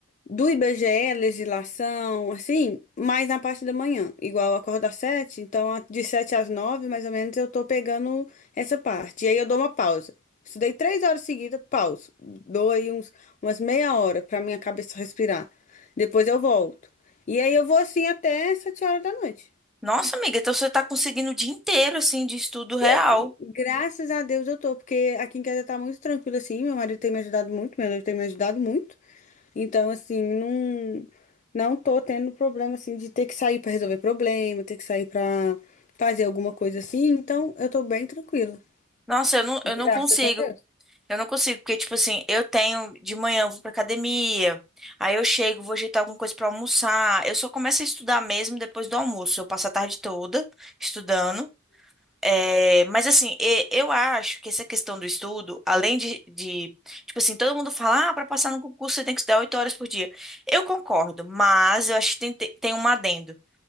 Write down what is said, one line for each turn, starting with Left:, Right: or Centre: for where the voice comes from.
Left: do IBGE, legislação, assim, mais na parte da manhã, igual eu acordo às sete, então a- de sete às nove, mais ou menos, eu tô pegando essa parte. E aí eu dou uma pausa. Estudei três horas seguidas, pauso. Dou aí uns, umas meia hora pra minha cabeça respirar. Depois eu volto. E aí eu vou assim até sete horas da noite.
Centre: Nossa, amiga, então você tá conseguindo o dia inteiro, assim, de estudo real.
Left: Eu, graças a Deus eu tô, porque aqui em casa tá muito tranquilo assim. Meu marido tem me ajudado muito, meu noivo tem me ajudado muito. Então, assim, não, não tô tendo problema assim de ter que sair pra resolver problema, ter que sair pra fazer alguma coisa assim. Então, eu tô bem tranquila.
Centre: Nossa, eu não,
Left: Graças
Centre: eu não consigo.
Left: a Deus.
Centre: Eu não consigo, porque, tipo assim, eu tenho de manhã, eu vou pra academia, aí eu chego, vou ajeitar alguma coisa pra almoçar. Eu só começo a estudar mesmo depois do almoço. Eu passo a tarde toda estudando. É, mas assim, e- eu acho que essa questão do estudo, além de, de, tipo assim, todo mundo fala, ah, para passar no concurso você tem que estudar oito horas por dia. Eu concordo, mas eu acho que tem, tem tem um adendo.